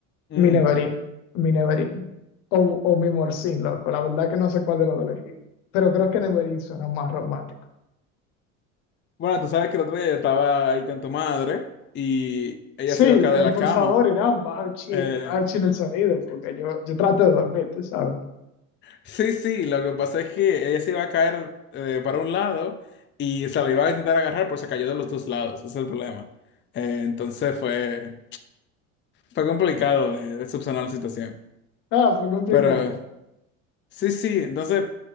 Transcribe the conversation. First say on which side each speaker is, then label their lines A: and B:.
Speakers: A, on the left; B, on the left.
A: mm,
B: mi neverín, mi neverín, o, o mi morcín, loco. La verdad que no sé cuál de los dos elegí, pero creo que neverín suena más romántico.
A: Bueno, tú sabes que el otro día yo estaba ahí con tu madre y ella
B: Sí,
A: se
B: eh,
A: iba a caer de la
B: por
A: cama.
B: favor, Irán, baja un chin,
A: Eh,
B: baja un chin el sonido, porque yo, yo trato de dormir, tú sabes.
A: sí, sí, lo que pasa es que ella se iba a caer eh, para un lado y se la iba a intentar agarrar, pero se cayó de los dos lados. Ese es el problema. Eh, entonces fue... Fue complicado eh, de, subsanar la situación.
B: Ah, fue complicado.
A: Pero sí, sí, entonces